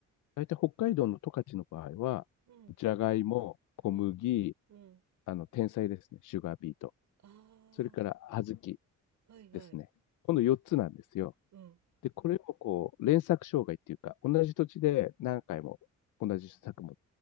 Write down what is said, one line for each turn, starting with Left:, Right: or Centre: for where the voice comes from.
Left: う。大体北海道の十勝の場合は、
Right: うん。
Left: じゃがいも、小麦、
Right: うん。うん。
Left: あの、天才ですね、シュガービート。
Right: あ
Left: それから小豆
Right: あ、はいはい。
Left: ですね。この4つなんですよ。
Right: うん。
Left: で、これをこう、連作障害っていうか、同じ土地で何回も同じ作物
Right: うん。